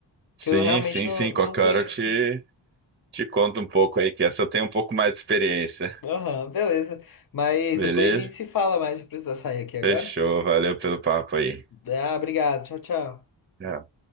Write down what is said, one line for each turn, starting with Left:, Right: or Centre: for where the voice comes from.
Right: Sim,
Left: que eu realmente
Right: sim,
Left: não,
Right: sim. Qualquer
Left: não conheço.
Right: hora eu te, te conto um pouco aí, que essa eu tenho um pouco mais de experiência.
Left: Aham, beleza. Mas
Right: Beleza?
Left: depois a gente se fala mais. Eu preciso sair aqui agora.
Right: Fechou. Valeu pelo papo aí.
Left: Ah, obrigado. Tchau, tchau.
Right: Tchau.